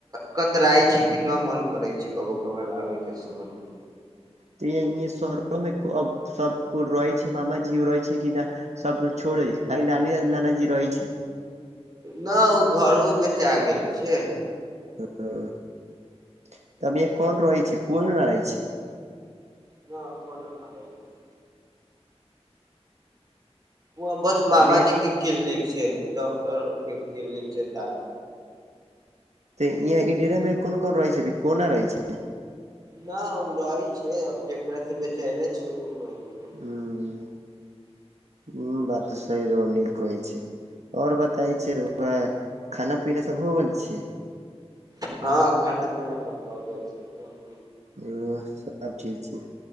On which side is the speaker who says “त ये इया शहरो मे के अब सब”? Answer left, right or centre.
Right